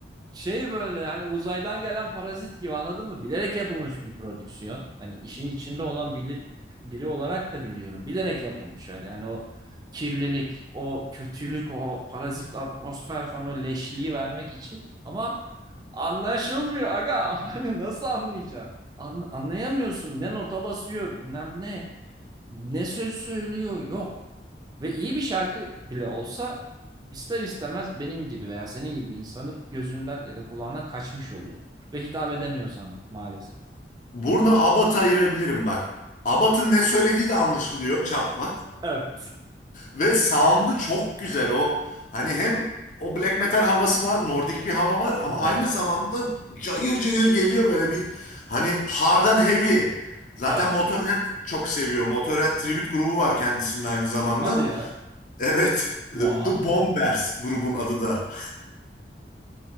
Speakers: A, on the right; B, on the left.
A: şey böyle hani uzaydan gelen parazit gibi anladın mı? Bilerek yapılmış bir prodüksiyon. Hani işin içinde olan bilir, biri olarak da biliyorum. Bilerek yapılmış öyle. Yani o kirlilik, o kötülük, o parazit atmosfer falan o leşliği vermek için. Ama anlaşılmıyor aga. <laughs> Hani nasıl anlayacaksın? An- anlayamıyorsun. Ne nota basıyor bilmem ne ne söz söylüyor yok. Ve iyi bir şarkı bile olsa ister istemez benim gibi veya senin gibi insanın gözünden ya da kulağına kaçmış oluyor. Ve hitap edemiyor sana maalesef.
B: Burada abat ayırabilirim bak. Abat'ın ne söylediği de anlaşılıyor çatpat.
A: Evet.
B: Ve sound'u çok güzel o. Hani hem o black metal havası var, nordik bir hava var ama
A: Var.
B: aynı zamanda cayır cayır geliyor böyle bir hani hard and heavy. Zaten
A: Evet.
B: Motorhead çok seviyor. Motorhead tribute grubu var kendisinin aynı zamanda.
A: Hadi ya.
B: Evet.
A: Wow.
B: The Bombers grubun adı da.